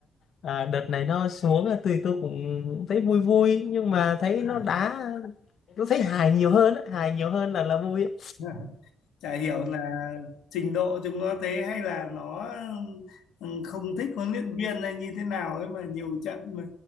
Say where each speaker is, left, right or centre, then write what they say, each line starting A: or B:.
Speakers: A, on the left; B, on the left.
A: à, đợt này nó xuống là tôi tôi cũng thấy vui vui nhưng mà thấy
B: <laughs>
A: nó đá tôi thấy hài nhiều hơn á, hài nhiều hơn là là vui á.
B: Ờ. chả hiểu là trình độ chúng nó thế hay là nó ừ, không thích huấn luyện viên hay như thế nào ấy mà nhiều trận mà